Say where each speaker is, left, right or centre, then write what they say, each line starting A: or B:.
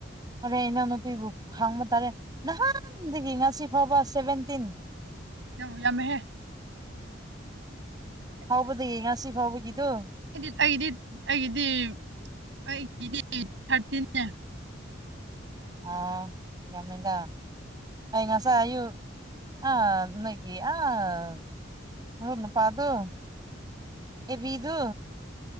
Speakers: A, on the right; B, on the right.
A: ꯍꯣꯔꯦꯟ ꯏꯅꯥꯎ ꯅꯨꯨꯄꯤꯕꯨ ꯈꯥꯡꯕ ꯇꯥꯔꯦ ꯅꯍꯥꯟꯗꯒꯤ ꯉꯁꯤ ꯐꯥꯎꯕ ꯁꯚꯦꯟꯇꯤꯟ
B: ꯌꯥꯝꯕꯨ ꯌꯥꯝꯃꯦꯍꯦ
A: ꯐꯥꯎꯕꯗꯒꯤ ꯉꯁꯤ ꯐꯥꯎꯕꯒꯤꯗꯨ
B: ꯍꯥꯏꯗꯤ ꯑꯩꯗꯤ ꯑꯩꯒꯤꯗꯤ ꯑꯩꯒꯤꯗꯤ ꯊꯥꯔꯇꯤꯟ ꯅꯦ
A: ꯑꯥ ꯌꯃꯃꯦꯗ ꯑꯩ ꯉꯁꯥꯏ ꯑꯌꯨꯛ ꯑꯥ ꯅꯣꯏꯒꯤ ꯑꯥ ꯎ ꯅꯨꯄꯥꯥ ꯗꯨ ꯑꯦꯕꯤꯗꯨ